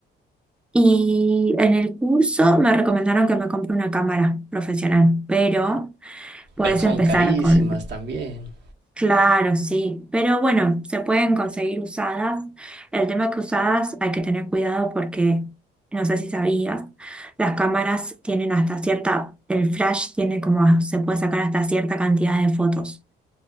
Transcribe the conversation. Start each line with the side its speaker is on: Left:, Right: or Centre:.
Centre: Y en el curso me recomendaron que me compre una cámara profesional, pero puedes
Right: Pero son
Centre: empezar
Right: carísimas
Centre: con
Right: también.
Centre: Claro, sí, pero bueno, se pueden conseguir usadas. El tema es que usadas hay que tener cuidado porque, no sé si sabías, las cámaras tienen hasta cierta, el flash tiene como, se puede sacar hasta cierta cantidad de fotos.